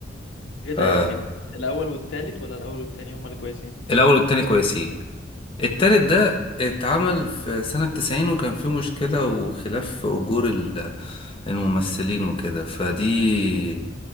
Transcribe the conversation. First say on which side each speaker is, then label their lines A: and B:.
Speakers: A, on the left; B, on the left.
A: ايه
B: فالأول
A: ده يعني الاول والتالت ولا الاول والتاني هما اللي كويسين
B: والتاني كويسين التالت ده اتعمل في سنة 90 وكان فيه مشكلة وخلاف في أجور الممثلين وكده فدي